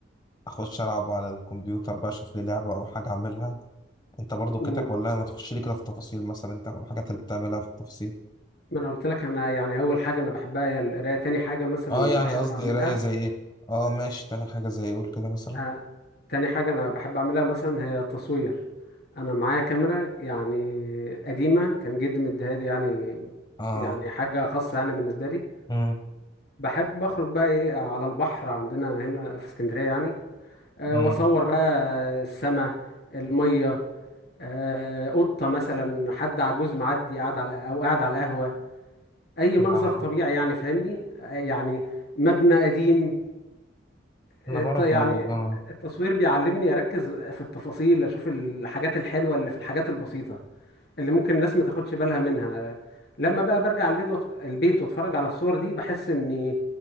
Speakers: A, on the left; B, on the left.
A: اخش العب على الكمبيوتر بقى اشوف لي لعبة او حاجة اعملها انت برضو
B: امم
A: كده ولا ما تخش لي كده في التفاصيل مثلا انت الحاجات اللي بتعملها في التفاصيل
B: ما انا قلت لك انا يعني اول حاجة انا بحبها هي القراية تاني حاجة مثلا
A: اه يعني
B: بحب
A: قصدي
B: اعملها
A: قراية زي ايه اه ماشي تاني حاجة زي ايه؟ قول كده مثلا
B: أنا... تاني حاجة انا بحب اعملها مثلا هي التصوير انا معايا كاميرا يعني قديمة كان جدي مديها لي يعني
A: اه
B: يعني حاجة خاصة يعني بالنسبة لي
A: امم
B: بحب اخرج بقى ايه على البحر عندنا هنا في اسكندرية يعني أه
A: امم
B: واصور بقى السماء المية آه، قطة مثلا حد عجوز معدي قاعد على أو قاعد على القهوة أي منظر
A: آه.
B: طبيعي يعني فاهمني آه، يعني مبنى قديم آه،
A: انا برضو
B: ط- يعني
A: اه
B: التصوير بيعلمني أركز في التفاصيل أشوف الحاجات الحلوة اللي في الحاجات البسيطة اللي ممكن الناس ما تاخدش بالها منها آه، لما بقى برجع البيت وأت- البيت واتفرج على الصور دي بحس إني